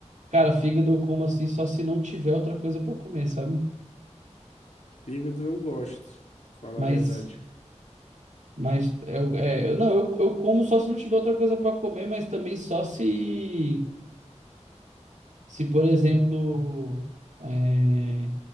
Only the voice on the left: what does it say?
Fígado eu gosto, pra falar
a verdade.